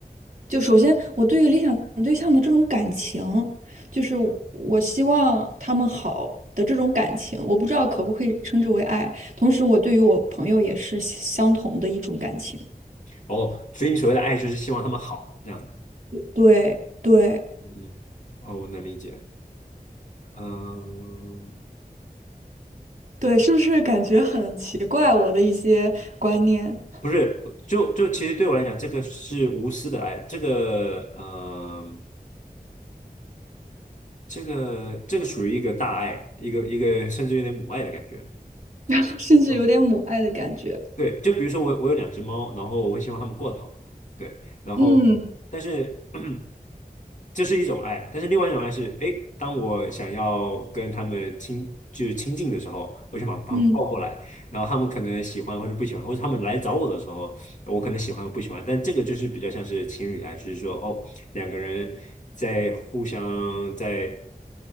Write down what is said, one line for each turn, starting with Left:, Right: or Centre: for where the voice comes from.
Right: 就首先我对于理想对象的这种感情，就是我我希望他们好的这种感情，我不知道可不可以称之为爱。同时，我对于我朋友也是相同的一种感情。
Left: 哦，所以你所谓的爱就是希望他们好这样的。
Right: 对对
Left: 嗯，哦，我能理解。嗯，
Right: 对，是不是感觉很奇怪？我的一些观念。<laughs>
Left: 不是，就就其实对我来讲，这个是无私的爱，这个呃，这个这个属于一个大爱，一个一个甚至有点母爱的感觉。
Right: 然后甚至有点母爱的感觉。
Left: 哦对，就比如说我我有两只猫，然后我会希望它们过得好，对，然后但是
Right: 嗯
Left: <clears throat> 这是一种爱，但是另外一种爱是，哎，当我想要跟它们亲就是亲近的时候，我就把它们抱过来，
Right: 嗯
Left: 然后它们可能喜欢或者不喜欢，或者它们来找我的时候。我可能喜欢我不喜欢，但这个就是比较像是情侣啊，就是说哦，两个人在互相在，